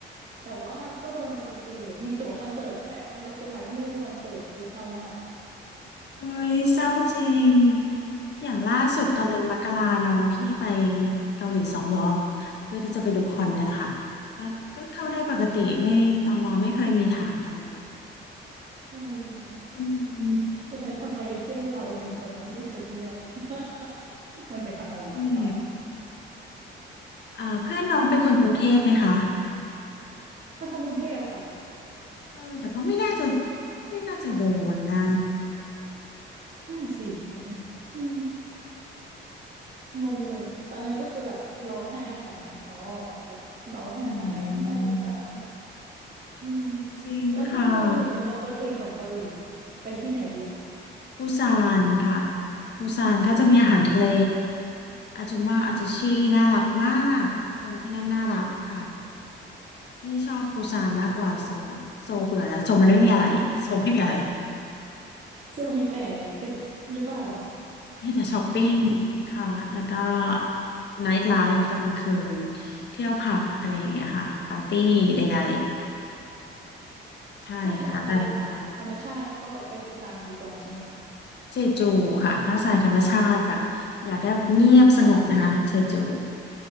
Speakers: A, on the right; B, on the left.
A: แต่ว่าก็โดนปฏิเสธมีตั๋วคอนเสิร์ตด้วยแล้วสุดท้ายก็ไม่ได้ดูคอนเสิร์ตคือเศร้ามาก
B: เฮ้ยเศร้าจริงอย่างล่าสุดตอนเดือนมกราน้องพี่ไป
A: อืม
B: เกาหลีสองรอบเพื่อที่จะไปดูคอนเนี่ยแหละค่ะแล้วก็เข้าได้ปกติไม่ตมไม่เคยมีถามอะไร
A: อืม
B: อืม
A: <laughs> แล้วทำไมเพื่อนเราเป็นคนนั้นที่ถูกเลือก <laughs> มันไปทำอะไรหรือเปล่าวะ
B: นี่อ่าเพื่อนน้องเป็นคนกรุงเทพไหมคะ
A: อืมเป็นคนกรุงเทพค่ะ
B: เออแต่ก็ไม่น่าจะไม่น่าจะโดนนะ
A: นั่นสิ ไม่งงเลย ตอนนั้นก็คือแบบร้องไห้กัน อ๋อ แบบร้องไห้
B: อืม
A: น่าสงสารอืม
B: จริงค่ะ
A: แล้วถ้าเมืองอื่นล่ะคะเมืองอื่นของเกาหลี ไปที่ไหนดีคะ
B: ปูซานค่ะปูซานก็จะมีอาหารทะเลอาจุมาอาจจะชีน่ารักมากคนที่นั่นน่ารักค่ะ พี่ชอบปูซานมากกว่าโซลโซลเบื่อแล้วโซลมันไม่มีอะไรโซลไม่มีอะไร
A: ซึ่งมีแต่ตึกหรือเปล่า
B: มีแต่ช้อปปิ้ง
A: มีแต่
B: ค่ะแล้วก็
A: อ๋อ
B: ไนท์ไลฟ์ตอนกลางคืนเที่ยวผับอะไรอย่างเงี้ยค่ะปาร์ตี้ใดๆใช่ค่ะแต่
A: ถ้าแบบไปสายธรรมชาติก็ไปปูซานดีกว่าใช่ไหมคะ
B: เจจูค่ะถ้าสายธรรมชาติแบบอยากได้แบบเงียบสงบนะคะเจจู